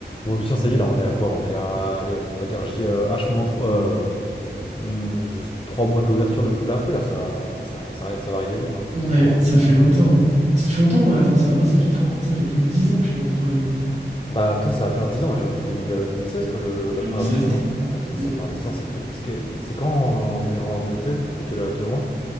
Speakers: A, on the left (about 30°); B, on the right (about 40°).
A: Bon, Lucien, ça y est, là, on est à quoi? On est à, allez, on va dire J, euh, H-3, euh, euh, juste 3 mois de l'ouverture de Poudlard RP, là, ça, putain, ça, ça, arri- ça va arriver vite, là,
B: Ouais,
A: franchement.
B: ça fait longtemps. Ça fait longtemps qu'on attend ça. Moi, ça fait, tu te rends compte, ça fait plus de 10 ans que je suis dans le projet, mec.
A: Bah, toi, ça va faire 10 ans, j'avoue, 2000, euh, 2016 quoi, le- la
B: 2016.
A: première version, non? Ah, putain,
B: Mm.
A: ça va faire 10 ans, c'est fou. C'est que- c'est quand en, deux- en deux mille seize C'était quel, quel mois?